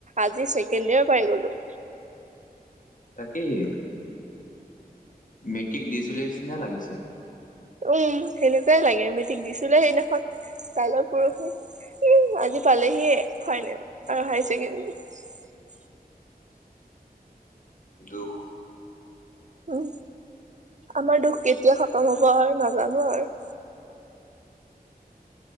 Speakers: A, on the right; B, on the left.
A: আজি ছেকেণ্ড কেন্দ পাই গলো।
B: তাকেই। মেট্ৰিক দিছিলোঁ নিচিনা লাগিছে।
A: উম, সেনেকুৱাই লাগে মেট্ৰিক দিছিলো সেইদিনাখন কাইলৰ পৰহি। উ, আজি পালেহিয়ে ফাইনেল আৰু হায়াৰ ছেকেণ্ডাৰী।
B: দুখ
A: উম, আমাৰ দুখ কেতিয়া খতম হ'ব আৰু নাজানো আৰু। <inaudible>